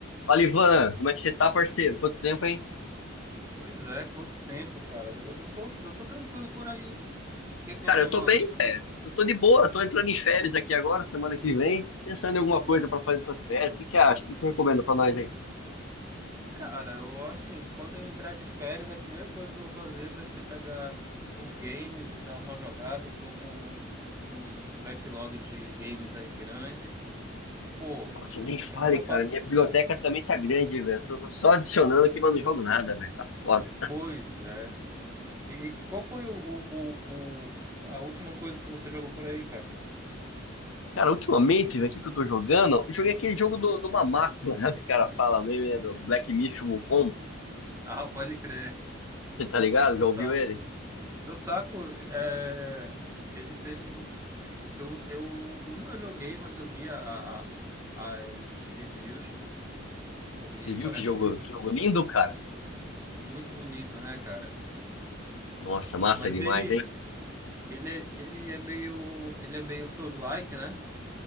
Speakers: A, on the left; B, on the right.
A: Fala, Ivan, como é que você tá, parceiro? Quanto tempo, hein?
B: Pois é, quanto tempo, cara. Eu, eu tô, eu tô tranquilo por aí. O que que
A: Cara,
B: você
A: eu
B: manda?
A: tô bem, velho. Eu tô de boa, tô entrando em férias aqui agora, semana que vem, pensando em alguma coisa
B: Ah.
A: pra fazer essas férias. O que você acha? O que você recomenda pra nós aí?
B: Cara, eu assim, quando eu entrar de férias, a primeira coisa que eu vou fazer vai ser pegar uns games, dar uma jogada. Tô com um, um backlog de games aí grande. Pô,
A: Nossa,
B: s-
A: nem
B: semana
A: fale,
B: passada.
A: cara. Minha biblioteca também tá grande, velho. Tô só adicionando aqui, mas não jogo nada, velho. Tá foda.
B: Pois é. E qual foi o, o, o, o- a última coisa que você jogou por aí, cara?
A: Cara, ultimamente, velho, o que que eu tô jogando? Eu joguei aquele jogo do, do Mamaco, <laughs> lá, os caras falam mesmo, né? Do Black Myth Wukong.
B: Ah, pode crer.
A: Você tá ligado?
B: Eu
A: Já
B: saco.
A: ouviu ele?
B: Eu saco. É... Ele teve. Eu, eu nunca joguei, mas eu vi a, a- as reviews. Pô, e
A: Você
B: parece
A: viu que jogo, que jogo lindo, cara?
B: muito bonito, né, cara?
A: Nossa, massa
B: Mas
A: demais,
B: ele,
A: hein?
B: ele é, ele é meio, ele é meio Souls-like, né?